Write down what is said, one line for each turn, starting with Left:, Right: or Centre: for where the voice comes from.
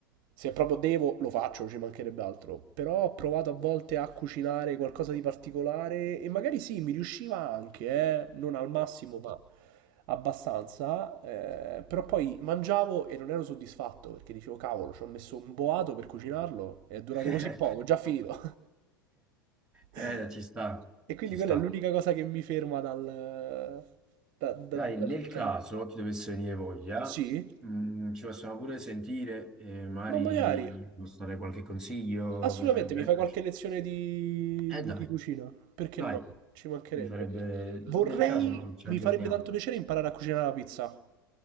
Right: Se proprio devo, lo faccio, ci mancherebbe altro. Però ho provato a volte a cucinare qualcosa di particolare e magari sì, mi riusciva anche, eh, non al massimo, ma abbastanza. eh, però poi mangiavo e non ero soddisfatto perché dicevo, cavolo, ci ho messo un boato per cucinarlo e è durato
Centre: <laughs>
Right: così poco, è già finito. <laughs>
Centre: Eh, ci sta,
Right: E quindi
Centre: ci
Right: quella
Centre: sta.
Right: è l'unica cosa che mi ferma dal... da- da-
Centre: Dai,
Right: da-
Centre: nel caso
Right: dal-
Centre: ti dovesse venire voglia,
Right: Sì,
Centre: mh, ci possiamo pure sentire e magari
Right: ma magari,
Centre: ti posso dare qualche consiglio,
Right: assolutamente,
Centre: mi farebbe veramente
Right: mi fai qualche
Centre: piacere.
Right: lezione di,
Centre: Eh
Right: di-
Centre: dai,
Right: di cucina, perché
Centre: dai,
Right: no? Ci mancherebbe.
Centre: mi farebbe...
Right: Vorrei,
Centre: Nel caso ci
Right: mi
Centre: aggiorniamo.
Right: farebbe tanto piacere imparare a cucinare la pizza.